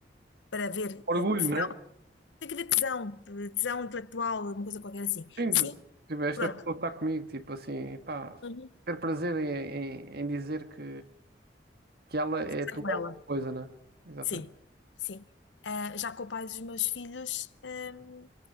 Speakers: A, on the left; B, on the right.
A: para haver
B: Orgulho,
A: eh, tesão.
B: né?
A: Tem que haver tesão, eh, tesão intelectual, uma coisa qualquer assim.
B: Sim,
A: Sim,
B: tipo, esta
A: pronto.
B: pessoa está comigo, tipo assim, pá,
A: Uhum.
B: ter prazer em, em- em dizer que, que ela é
A: Está
B: a tua
A: com
B: alguma
A: ela.
B: coisa, né? Exatamente.
A: Sim, sim. Ah, já com o pai dos meus filhos, hum,